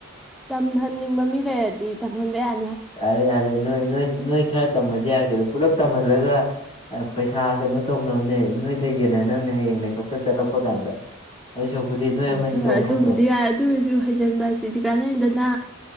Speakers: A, in the centre; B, on the left.
A: ꯇꯝꯍꯟꯅꯤꯡꯕ ꯃꯤ ꯂꯩꯔꯗꯤ ꯇꯝꯍꯟꯕ ꯌꯥꯏ
B: ꯌꯥꯔꯦ ꯌꯥꯔꯦ ꯅꯣꯏ ꯅꯣꯏ ꯅꯣꯏ ꯈꯔ ꯇꯝꯃꯗꯤ ꯌꯥꯔꯒꯦ ꯑꯗꯣ ꯄꯨꯜꯂꯞ ꯇꯝꯍꯜꯂꯒ ꯄꯩꯁꯥ ꯀꯩꯅꯣ ꯇꯧꯅꯕꯅꯦ ꯅꯣꯏꯗ ꯌꯦꯟꯅꯅꯕꯅꯦ ꯍꯌꯦꯡ ꯃꯦꯀꯞꯀ ꯆꯠꯂꯛꯄ ꯀꯥꯟꯗ ꯑꯗꯨꯏ ꯁꯔꯨꯛꯄꯨꯗꯤ ꯅꯣꯏ
A: ꯎꯝ
B: ꯑꯃꯅꯤ
A: ꯊꯣꯏ
B: ꯇꯧꯕꯅ
A: ꯑꯗꯨꯕꯨꯗꯤ
B: ꯐꯠꯇ꯭ꯔꯣ
A: ꯌꯥꯏ ꯑꯗꯨ ꯑꯣꯏꯔꯁꯨ ꯍꯩꯖꯤꯟꯕ ꯍꯥꯏꯁꯤꯗꯤ ꯀꯥꯟꯅꯩꯗꯅ